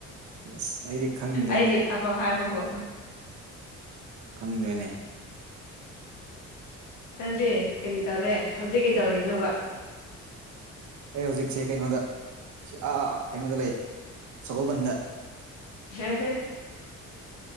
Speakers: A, on the right; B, on the left.
A: ꯑꯁ ꯑꯩꯗꯤ ꯈꯪꯗ꯭ꯔꯦ
B: ꯑꯩꯒꯤ
A: ꯅꯪ
B: ꯊꯕꯛ ꯍꯥꯏꯕꯕꯨ
A: ꯈꯪꯗ꯭ꯔꯦꯅꯦ
B: ꯅꯪꯗꯦ ꯀꯔꯤ ꯇꯧꯔꯦ ꯍꯧꯖꯤꯛ ꯀꯩꯗꯧꯔꯤꯅꯣꯕ
A: ꯑꯩ ꯍꯧꯖꯤꯛꯁꯦ ꯀꯩꯅꯣꯗ ꯁꯤ ꯑꯥ ꯀꯩꯅꯣꯗ ꯂꯩ ꯁꯒꯣꯜꯕꯟꯗ
B: ꯍꯦ ꯍꯦ